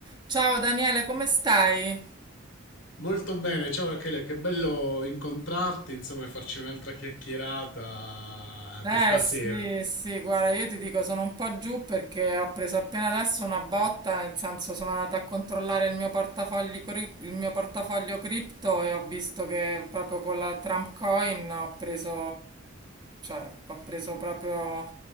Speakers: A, on the right; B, on the left.
A: Ciao Daniele, come stai?
B: Molto bene, ciao Rachele, che bello incontrarti, insomma, e farci un'altra chiacchierata
A: Eh
B: questa
A: sì,
B: sera,
A: sì, guarda, io ti dico, sono un po' giù perché ho preso appena adesso una botta, nel senso sono andata a controllare il mio portafogli cri- il mio portafoglio cripto e ho visto che proprio con la Trump Coin ho preso, cioè, ho preso proprio